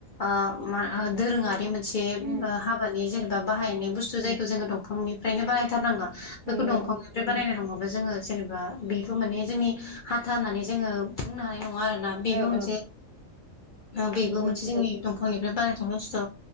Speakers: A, on the left; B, on the right.
A: आ दोरोङारि मोनसे
B: उम
A: हाबानि जेनेबा बाहायनाय
B: उम
A: बुस्थु जायखौ जोङो दंफांनिफ्रायनो बानायथारनांगोन
B: नंगौ
A: बेखौ दंफां
B: उम
A: बे बानायनाय नङाबा जोङो जेनेबा बेखौ माने जोंनि हाथा होननानै जोङो बुंनो हानाय नङा आरोना। बेबो
B: औ
A: मोनसे
B: औ
A: ओ बेबो
B: नंगौ
A: मोनसे
B: नंगौ
A: जोंनि दंफांनिफ्राय बानायनाय बस्थु